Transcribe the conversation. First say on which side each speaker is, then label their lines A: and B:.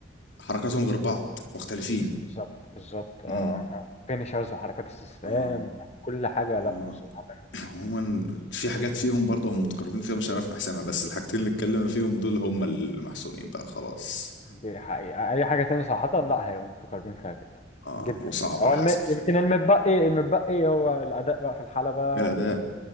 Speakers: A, on the left; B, on the left.
A: حركاتهم غير بعض مختلفين
B: بالظبط بالظبط اه
A: امم
B: آه، آه. فينيشرز وحركات استسلام
A: اه
B: وكل حاجة لا
A: اه
B: صراحة
A: عموما في حاجات فيهم برضه هم متقربين فيها مش هنعرف نحسمها بس الحاجتين اللي اتكلمنا فيهم دول هم المحسومين بقى خلاص
B: دي حقيقة أي حاجة تاني صراحة
A: آه.
B: لا هيبقوا متقاربين فيها جدا
A: اه
B: جدا
A: وصعب
B: يعني هو
A: الحسم
B: الم...
A: فيها
B: يمكن المتبقي المتبقي هو الأداء بقى في الحلبة
A: الأداء
B: وال...